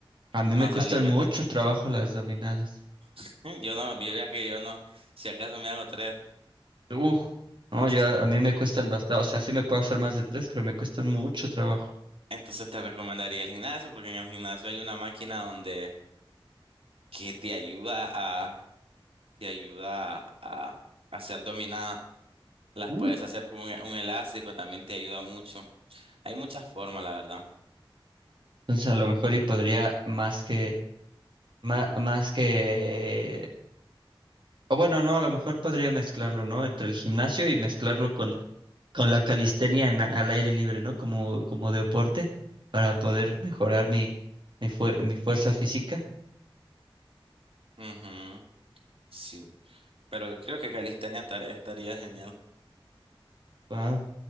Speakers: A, on the right; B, on the right.
A: A mí me
B: Más
A: cuestan
B: alimentación.
A: mucho trabajo las dominadas.
B: <laughs> Yo no, yo ya que yo no, si acaso me hago tres.
A: Uf, no,
B: Sí.
A: yo a mí me cuestan bastante, o sea, sí me puedo hacer más de tres, pero me cuestan mucho trabajo.
B: Entonces te recomendaría el gimnasio, porque en el gimnasio hay una máquina donde que te ayuda a, te ayuda a, a hacer dominada. Las
A: Uh.
B: puedes hacer con un, e, un elástico, también te ayuda mucho. Hay muchas formas, la verdad.
A: Entonces a lo mejor y podría más que Má- más que... O bueno, no, a lo mejor podría mezclarlo, ¿no? Entre el gimnasio y mezclarlo con, con la calistenia en- al aire libre, ¿no? Como, como deporte, para poder mejorar mi, mi, fuer- mi fuerza física.
B: Ujú, Sí, pero yo creo que calistenia tare- estaría genial.
A: Ah,